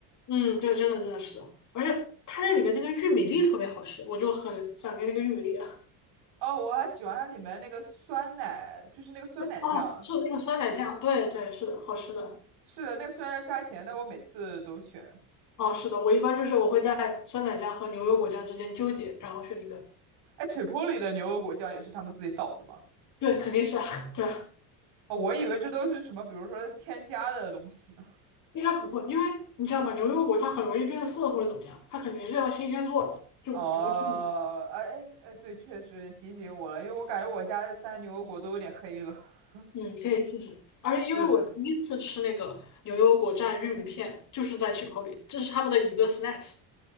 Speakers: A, on the left; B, on the right.
A: 嗯，对，真的真的是的，而且它那里面那个玉米粒特别好吃，我就很想念那个玉米粒啊。
B: 哦，我还喜欢它里面那个酸奶，就是那个酸奶酱。
A: 哦，是那个酸奶酱，对对，是的，好吃的。
B: 是的，那个虽然要加钱，但我每次都选。
A: 哦，是的，我一般就是我会在酸奶酱和牛油果酱之间纠结，然后选一个。
B: 哎，Chipotle 的牛油果酱也是他们自己倒的吗？
A: 对，肯定是啊，<laughs> 对，
B: 哦，我以为这都是什么，比如说添加的东西呢。
A: 应该不会，因为你知道吗？牛油果它很容易变色或者怎么样，它肯定是要新鲜做的，
B: <laughs>
A: 就不至于。
B: 哦，哎哎哎，对，确实提醒我了，因为我感觉我家的三牛油果都有点黑了。<laughs>
A: 嗯，可以试试。而且因为我第一次吃那个牛油果蘸玉米片，
B: 是的。
A: 就是在 Chipotle，这是他们的一个 snacks。